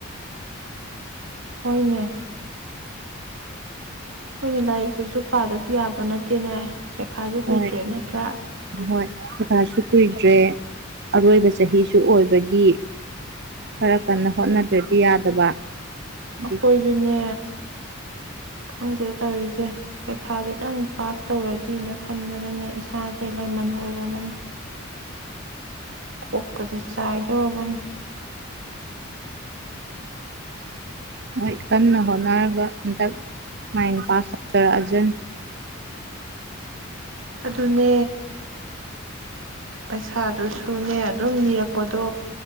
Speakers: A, on the right (about 70°); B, on the right (about 55°).
A: ꯍꯣꯏꯅꯦ ꯍꯣꯏꯅꯦ ꯂꯥꯏꯔꯤꯛꯁꯤꯁꯨ ꯄꯥꯗꯗꯤ ꯌꯥꯕ ꯅꯠꯇꯦꯅꯦ ꯄꯩꯈꯥꯁꯨ
B: ꯍꯣꯏ
A: ꯀꯨꯏꯗ꯭ꯔꯦ ꯅꯠꯇ꯭ꯔꯥ
B: ꯍꯣꯏ ꯄꯩꯈꯥꯁꯨ ꯀꯨꯏꯗ꯭ꯔꯦ ꯑꯔꯣꯏꯕ ꯆꯍꯤꯁꯨ ꯑꯣꯏꯕꯒꯤ ꯈꯔ ꯀꯟꯅ ꯍꯣꯠꯅꯗ꯭ꯔꯗꯤ ꯌꯥꯗꯕ ꯑꯗꯨꯒꯤ
A: ꯑꯩꯈꯣꯏꯖꯨꯅꯦ ꯈꯪꯗꯦꯗ ꯇꯧꯔꯤꯖꯦ ꯄꯩꯈꯥꯗꯨꯇꯪ ꯄꯥꯁ ꯇꯧꯔꯗꯤꯅ ꯈꯟꯕꯗꯅꯦ ꯏꯁꯥꯁꯦ ꯂꯩꯃꯟ ꯑꯣꯏꯔꯕꯅꯦ ꯀꯣꯛꯀꯖꯦ ꯆꯥꯏꯗꯧꯔꯕꯅꯤ
B: ꯍꯣꯏ ꯀꯟꯅ ꯍꯣꯠꯅꯔꯒ ꯍꯟꯗꯛ ꯃꯥꯏꯅ ꯄꯥꯁ ꯇꯧꯖꯔꯛꯑꯖꯅꯤ
A: ꯑꯗꯨꯅꯦ ꯄꯩꯁꯥꯗꯨꯁꯨꯅꯦ ꯑꯗꯨꯝ ꯅꯤꯔꯛꯄꯗꯣ